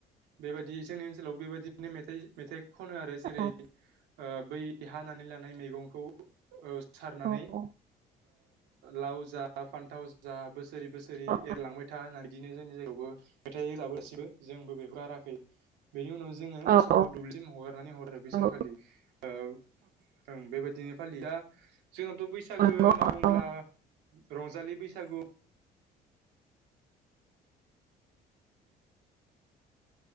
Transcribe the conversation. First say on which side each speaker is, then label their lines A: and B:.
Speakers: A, on the right (about 90°); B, on the right (about 60°).
A: बेबायदि जोंनि ओनसोलाव बेबायदिनो मेथाइ मेथाइ खनो आरो जेरै
B: औ
A: बै हानानै लानाय मैगंखौ सारनानै
B: औ
A: लाव जा फान्थाव जा बोसोरै बोसोरै
B: औ
A: एरलांबाय था होनना बिदिनो जोंनि जायगायावबो मेथाइ रोजाबो गासिबो जोंबो बेखौ गाराखै बेनि उनाव जोङो
B: औ
A: मोसौखौ
B: औ
A: दुब्लिथिं हगारनानै हरो बे
B: नंगौ
A: सानखालि ओं बेबायदिनो फालियो जोंनाथ' बैसागो
B: औ नंगौ
A: होनना बुंब्ला
B: औ
A: रंजालि बैसागु